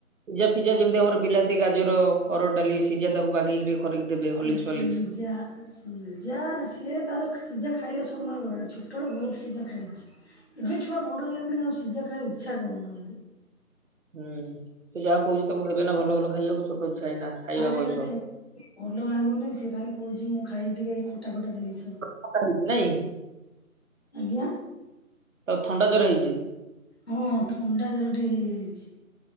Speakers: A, on the right; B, on the left.
A: ପିଜା ଫିଜା ଯେମିତି ଆମର ବିଲାତି, ଗାଜର, ହରଡ଼-ଡାଲି, ସିଝା ତାକୁ ବାଗେଇକି। କରିକି ଦେବେ ହଲିକ୍ସ
B: ଅ ସିଜା
A: ଫଲିକ୍ସ
B: ସିଝା ସିଏ ତାର ସିଝା ଖାଇବା ସମୟ ଗଲାଣି ଛୋଟବେଳୁ ବହୁତ ସିଝା ଖାଇଛି। ଏବେ ଛୁଆ ବଡ଼ ହେଇଗଲେଣି ଆଉ ସିଝା ଖାଇବାକୁ ଇଚ୍ଛା କରୁନାହାନ୍ତି।
A: ହୁଁ ସେ ଯାହା କହୁଛି ତାକୁ ଦେବେନା ଭଲ ଭଲ ଖାଇବାକୁ ଛୋଟ ଛୁଆ ଏଇନା। ଖାଇବା
B: ତାର
A: ବୟସ।
B: ଏଇନା ଭଲ ଲାଗୁନି ସେ ଖାଲି କହୁଛି ମୁଁ ଖାଇବି ଟିକେ ଏ ଖଟା ଖଟା ଜିନିଷ।
A: ଖଟା ଖାଇବି ନାଇଁ?
B: ଆଜ୍ଞା।
A: ତାକୁ ଥଣ୍ଡା ଜର ହେଇଛି?
B: ହଁ ଥଣ୍ଡା ଜର ଟିକେ ହେଇଯାଇଛି।